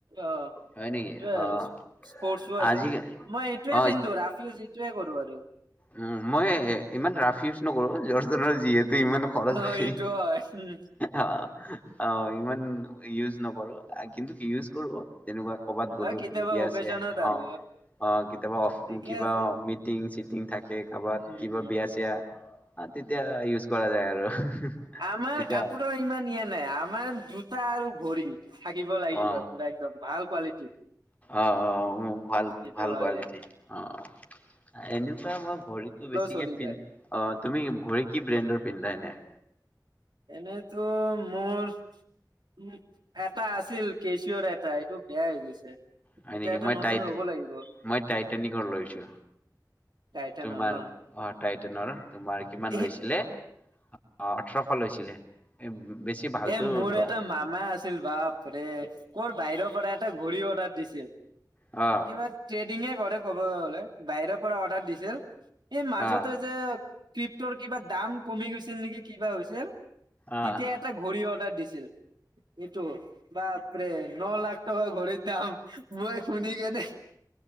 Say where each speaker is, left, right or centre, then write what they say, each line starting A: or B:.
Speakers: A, on the right; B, on the left.
A: অ
B: হয় নেকি
A: সেটোৱে
B: অ',
A: আৰু, স্পৰ্টচো আছিল।
B: আজি
A: মই এইটোৱে
B: অ',
A: পিন্ধো ৰাফ ইউচি টোৱে কৰো আৰু
B: উম, মই ইমান ৰাফ ইউচ নকৰো, <unintelligible> যিহেতু ইমান খৰচ
A: অ'
B: কৰি,
A: এইটো হয় উম,
B: অহ অহ ইমান ইউজ নকৰো কিন্তু ইউজ কৰো। তেনেকুৱা কৰবাত
A: হয়
B: গ'লো
A: কেতিয়াবা
B: বিয়া
A: অকেজনত
B: চিয়া,
A: আৰু
B: অ অ কেতিয়াবা অফ
A: ঠিকে
B: কিবা
A: আছে।
B: মিটিং চি- টিং থাকে কাৰোবাত
A: উম,
B: কিবা
A: উম।
B: বিয়া চিয়া অ তেতিয়া ইউজ কৰা যায় আৰু।
A: আমাৰ
B: তেতিয়া
A: কাপোৰৰ ইমান নিয়া নাই। আমাৰ জোতা আৰু ভৰি থাকিব লাগিব
B: অ',
A: পুৰা একদম ভাল কোৱালিটি সেইটো
B: অ', অ', ভাল ভাল
A: হয়
B: কোৱালিটি অ', এনেকুৱা মই ঘড়ীটো বেছিকে
A: চলি
B: পিন্ধ
A: যায়
B: অ তুমি ঘড়ী কি ব্ৰেণ্ডৰ পিন্ধা এনে
A: এনেতো মোৰ উ এটা আছিল কেচৰ এটা এইটো বেয়া হৈ গৈছে।
B: হয়
A: এতিয়া
B: নেকি
A: এটা
B: মই
A: নতুন
B: টাইত
A: ল'ব লাগিব
B: মই টাইটনিকৰ লৈছো
A: টাইটেনৰ
B: তোমাৰ
A: ন
B: অ টাইটাননৰ তোমাৰ কিমান
A: এ
B: লৈছিলে অ ওঠৰশ লৈছিলে <unintelligible> ভালতো
A: এ মোৰ
B: লোৱা
A: এটা মামা আছিল বাপ ৰে ক'ৰ বাহিৰৰ পৰা এটা ঘড়ী অৰ্ডাৰ দিছিল
B: অ
A: কিবা ষ্টেট টিঙে কৰে ক'ব গলে বাহিৰৰ পৰা অৰ্ডাৰ দিছিল এই মাজতে
B: অ
A: যে ক্ৰিপ্তৰ কিবা দাম কমি গৈছিল নেকি কিবা হৈছিল
B: আহ
A: তেতিয়া এটা ঘড়ী অদাৰ দিছিল এইটো বা বাপৰে ন লাখ টকা ঘৰি দাম মই শুনি কেনে